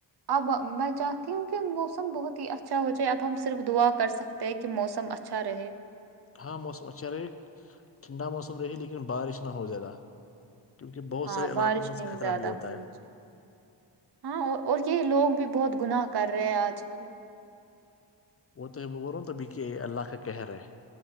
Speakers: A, on the right; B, on the left.
A: اب میں چاہتی ہوں کہ موسم بہت ہی اچھا ہو جائے اب ہم صرف دعا کر سکتے تے کہ موسم اچھا رہے
B: ہاں موسم اچھا رہے ٹھنڈا موسم رہیے لیکن بارش نہ ہو زیادہ کیونکہ بہت
A: ہاں
B: سارے علاقوں
A: بارش
B: میں
A: نہیں
B: خطرہ
A: زیادہ
B: بھی ہوتا
A: ہونی
B: ہے
A: چاہیے ہاں اور یہ لوگ بھی بہت گناہ کر رہے ہیں آج کل
B: وہ تو ہے وہ بول رہووں تبھی کہ اللہ کا کہہ رہا ہے